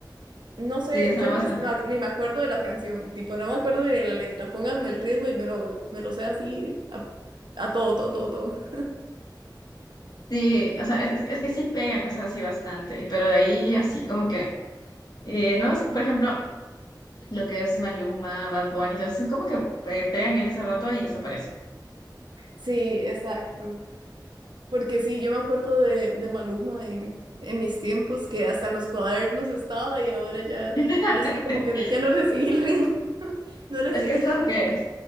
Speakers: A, on the right (about 75°); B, on the left (about 60°).
A: No sé,
B: Sí, estaba
A: yo no
B: bastante.
A: me, no- ni me acuerdo de la canción, tipo, no me acuerdo ni de la letra. Pónganme el ritmo y me lo, me lo sé así a, a todo, todo, todo, todo. <laughs>
B: Sí, o sea, es, es- es que sí pegan, o sea, sí bastante, pero de ahí así como que, eh, nuevos, por ejemplo, lo que es Maluma, Bad Bunny, entonces son como que eh, pegan en ese rato y desaparecen.
A: Sí, exacto. Porque sí, yo me acuerdo de, de Maluma en, en mis tiempos, que hasta en los cuadernos estaba y ahora ya,
B: <laughs>
A: no sé, como que ya no le seguí el ritmo, <laughs> no le
B: Es
A: seguí.
B: que es como
A: <laughs>
B: que,